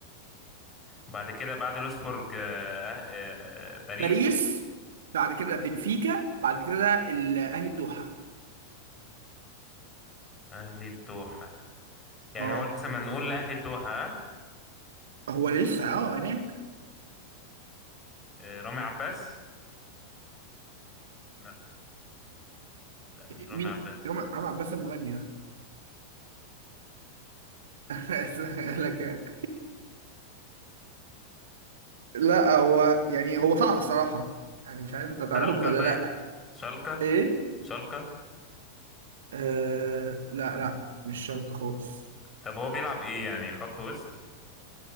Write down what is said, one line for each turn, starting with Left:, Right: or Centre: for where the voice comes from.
Left: وبعد كده بعد لوسبورج آه، أه- آه، باريس
Right: باريس بعد كده بنفيكا بعد كده الاهلي الدوحة
Left: اهلي الدوحة يعني
Right: اه
Left: هو لسه ما نقول لاهلي الدوحة ها
Right: هو لسه اه هناك
Left: آه، رامي عباس لا لا مش رامي
Right: مين
Left: عباس
Right: رامي رامي عباس المغني ده <laughs> انا آسف أقول لك يعني. لا هو يعني هو صعب الصراحه يعني مش عارف انت تعرفه
Left: شالكة
Right: ولا
Left: طيب
Right: لا
Left: شالكة
Right: ايه
Left: شالكة
Right: آه لا لا مش شرق خالص
Left: طب هو بيلعب ايه يعني خط وسط